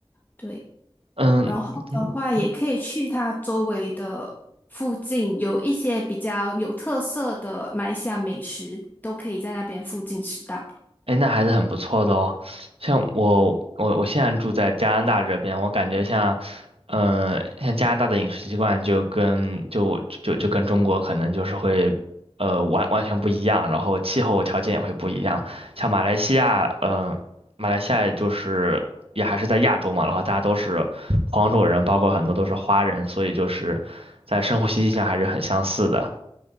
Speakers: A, on the left (about 20°); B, on the right (about 75°).
A: 对。
B: 嗯，
A: 然后的话，
B: 嗯
A: 也可以去它周围的附近，有一些比较有特色的马来西亚美食，都可以在那边附近吃到。
B: 哎，那还是很不错的哦。像我，我我现在住在加拿大这边，我感觉像，呃，像加拿大的饮食习惯就跟就就就跟中国可能就是会，呃，完完全不一样，然后气候条件也会不一样。像马来西亚，嗯，马来西亚就是也还是在亚洲嘛，然后大家都是黄种人，包括很多都是华人，所以就是在生活习性上还是很相似的。